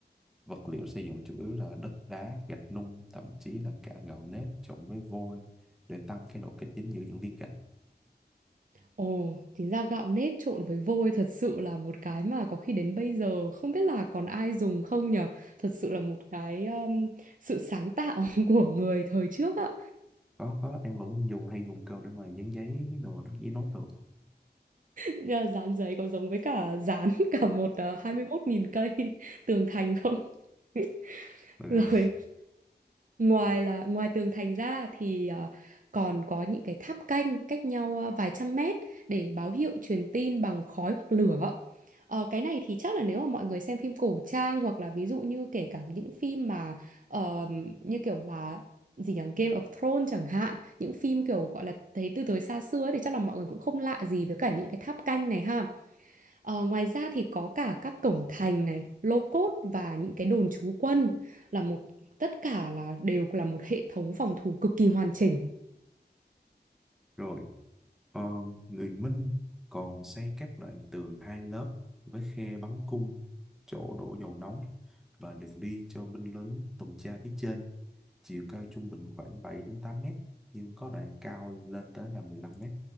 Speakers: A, in the centre; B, on the right.
A: Vật liệu xây dựng chủ yếu là đất đá, gạch nung, thậm chí là cả gạo nếp trộn với vôi để tăng cái độ kết dính giữa những viên gạch.
B: Ồ, chính ra gạo nếp trộn với vôi thật sự là một cái mà có khi đến bây giờ không biết là còn ai dùng không nhở. Thật sự là một cái um, sự sáng tạo <laughs> của người thời trước ạ.
A: Có, có, em vẫn dùng hay dùng cơm để mà dán giấy đồ đó, giấy nốt đồ.
B: Nhưng mà dán giấy có giống với cả dán <laughs> cả một uh, hai mươi 21 nghìn cây <laughs> tường thành không? <laughs>
A: Rồi,
B: Rồi, ngoài là ngoài tường thành ra thì ờ, còn có những cái tháp canh cách nhau ờ, vài trăm mét để báo hiệu truyền tin bằng khói hoặc lửa. Ờ, cái này thì chắc là nếu mà mọi người xem phim cổ trang hoặc là ví dụ như kể cả những phim mà ờ, như kiểu là gì nhỉ Game of Thrones chẳng hạn những phim kiểu gọi là thấy từ thời xa xưa ấy, thì chắc là mọi người cũng không lạ gì với cả những cái tháp canh này ha Ờ, ngoài ra thì có cả các cổng thành này lô cốt và những cái đồn trú quân là một tất cả là đều là một hệ thống phòng thủ cực kỳ hoàn chỉnh
A: rồi ờ, người Minh còn xây các đoạn tường hai lớp với khe bắn cung, chỗ đổ dầu nóng và đường đi cho binh lính tuần tra phía trên. chiều cao trung bình khoảng 7 đến 8 mét nhưng có đoạn cao lên tới là mười lăm mét